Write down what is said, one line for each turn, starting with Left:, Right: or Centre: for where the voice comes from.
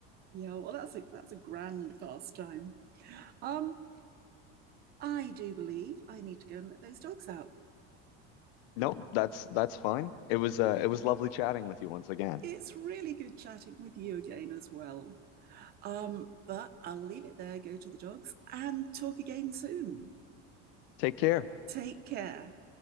Right: yeah, well, that's a that's a grand pastime. Um, I do believe I need to go and let those dogs out.
Left: Nope, that's that's fine. It was uh it was lovely chatting with you once again.
Right: It's really good chatting with you again as well. Um, but I'll leave it there, go to the dogs, and talk again soon.
Left: Take care.
Right: Take care.